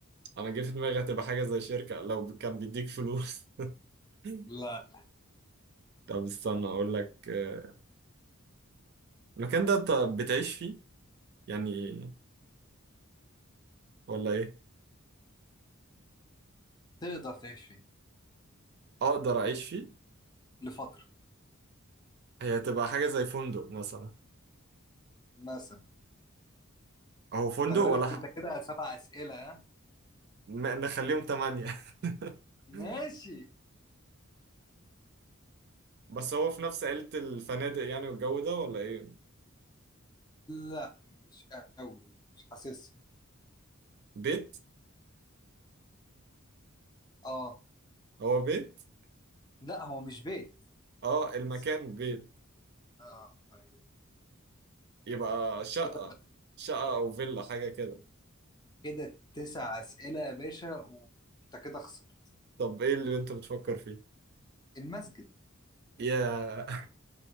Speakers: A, on the right; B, on the left.
A: انا جه في دماغي هتبقى حاجه زي شركه لو كان بيديك فلوس <laughs>
B: لا
A: طب استنى اقول لك آه المكان ده انت بتعيش فيه يعني ولا ايه
B: تقدر تعيش فيه
A: اقدر اعيش فيه
B: لفتره
A: هي هتبقى حاجه زي فندق مثلا
B: مثلا
A: اهو فندق
B: خلي
A: ولا
B: بالك
A: ح...
B: انت كده سبع اسئله ها
A: م- نخليهم تمانية <laughs>
B: ماشي
A: بس هو في نفس عيلة الفنادق يعني والجو ده ولا ايه
B: لا مش قوي مش حاسس
A: بيت
B: اه
A: هو بيت
B: لا هو مش بيت
A: اه المكان
B: بس
A: بيت
B: اه أيوة.
A: يبقى شقة
B: كده
A: شقة أو فيلا حاجة كده
B: كده تسع أسئلة يا باشا وانت كده خسرت
A: طب إيه اللي أنت بتفكر فيه؟
B: المسجد
A: يا